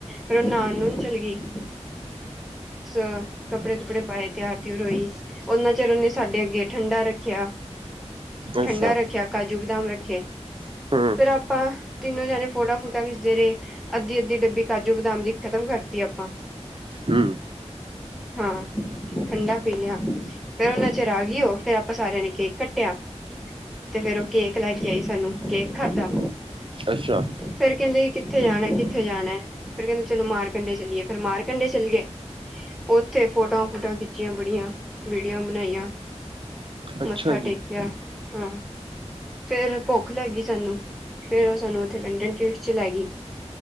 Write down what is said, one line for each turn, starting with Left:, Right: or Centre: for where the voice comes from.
Centre: ਫਿਰ ਉਹ ਨਾਨ- ਨੂੰਨ ਚੱਲ ਗਈ। ਸ ਕੱਪੜੇ -ਕੁਪੜੇ ਪਾਏ ਤਿਆਰ -ਤਿਉਰ ਹੋਈ। ਉਹਨਾਂ ਚਿਰ ਉਹਨੇ ਸਾਡੇ ਅੱਗੇ ਠੰਡਾ ਰੱਖਿਆ, ਠੰਡਾ
Right: ਅੱਛਾ
Centre: ਰੱਖਿਆ। ਕਾਜੂ, ਬਦਾਮ ਰੱਖੇ
Right: ਹੂੰ
Centre: ਫਿਰ ਆਪਾਂ ਤਿੰਨੋ ਜਾਣੇ ਫੋਟਾਂ- ਫੋਟਾ ਖਿੱਚਦੇ ਰਹੇ। ਅੱਧੀ-ਅੱਧੀ ਡੱਬੀ, ਕਾਜੂ, ਬਦਾਮ ਦੀ ਖ਼ਤਮ ਕਰਤੀ ਆਪਾਂ।
Right: ਹਮ।
Centre: ਹਾਂ ਠੰਡਾ ਪੀ ਲਿਆ। ਫਿਰ ਉਹਨਾ ਚਿਰ ਆ ਗਈ ਉਹ ਫਿਰ ਆਪਾਂ ਸਾਰਿਆਂ ਨੇ ਕੇਕ ਕੱਟਿਆ। ਤੇ ਫੇਰ ਉਹ ਕੇਕ ਲੈ ਕੇ ਆਈ ਸਾਨੂੰ ਕੇਕ ਖਾਧਾ।
Right: ਅੱਛਾ।
Centre: ਫੇਰ ਕਹਿੰਦੀ ਕਿੱਥੇ ਜਾਣਾ, ਕਿਥੇ ਜਾਣਾ ਫੇਰ ਕਹਿੰਦੇ ਚਲੋ ਮਾਰ ਕੰਢੇ ਚਲੀਏ ਫੇਰ ਮਾਰ ਕੰਢੇ ਚੱਲ ਗਏ। ਉੱਥੇ ਫੋਟੋਓ-ਫੋਟਾਂਓ ਖਿੱਚੀਆਂ ਬੜੀਆਂ ਵੀਡੀਓ ਬਣਾਈਆਂ,
Right: ਅੱਛਾ
Centre: ਮੱਥਾ
Right: ਜੀ
Centre: ਟੇਕਿਆ ਹਾਂ। ਫੇਰ ਭੁੱਖ ਲੱਗੀ ਸਾਨੂੰ ਫੇਰ ਉਹ ਸਾਨੂੰ ਉਥੇ ਲੰਡਨ ਟਰੀਟ'ਚ ਲੈ ਗਈ।